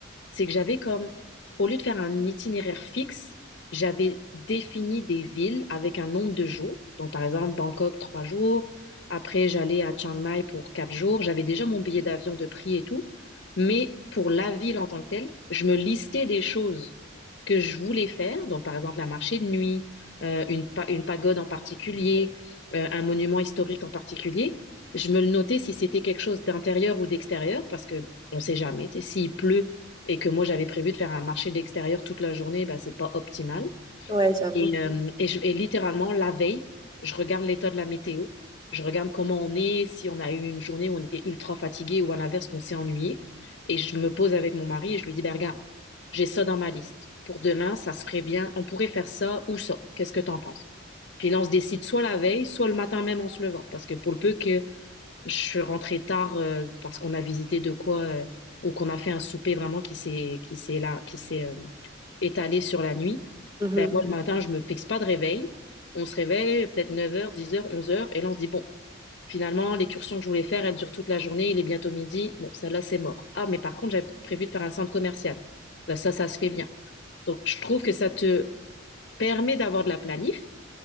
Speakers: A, on the left; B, on the right.
A: c'est que j'avais comme, au lieu de faire un itinéraire fixe, j'avais défini des villes avec un nombre de jours. Donc, par exemple, Bangkok, trois jours. Après, j'allais à Chiang Mai pour quatre jours. J'avais déjà mon billet d'avion de prix et tout. Mais pour la ville en tant que telle, je me listais des choses que je voulais faire. Donc, par exemple, un marché de nuit, euh, une, pa- une pagode en particulier, euh, un monument historique en particulier. Je me le notais si c'était quelque chose d'intérieur ou d'extérieur, parce que on sait jamais. tu sais, S'il pleut, et que moi j'avais prévu de faire un marché d'extérieur toute la journée, ben c'est pas optimal.
B: Ouais, j'avoue.
A: Et, euh, et, je- et littéralement, la veille, je regarde l'état de la météo, je regarde comment on est, si on a eu une journée où on était ultra fatigué ou à l'inverse qu'on s'est ennuyé. Et je me pose avec mon mari et je lui dis, ben regarde, j'ai ça dans ma liste. Pour demain, ça serait bien, on pourrait faire ça ou ça. Qu'est-ce que t'en penses? Puis là, on se décide soit la veille, soit le matin même en se levant. Parce que pour le peu que je suis rentrée tard euh, parce qu'on a visité de quoi euh, ou qu'on a fait un souper vraiment qui s'est qui s'est là qui s'est euh, étalé sur la nuit.
B: Mhm.
A: Ben moi le matin, je me fixe pas de réveil. On se réveille peut-être neuf heures, dix heures, onze heures et là on se dit bon, finalement l'excursion que je voulais faire, elle dure toute la journée, il est bientôt midi. Bon, celle-là c'est mort. Ah mais par contre, j'avais prévu de faire un centre commercial. Ben ça ça se fait bien. Donc je trouve que ça te permet d'avoir de la planif,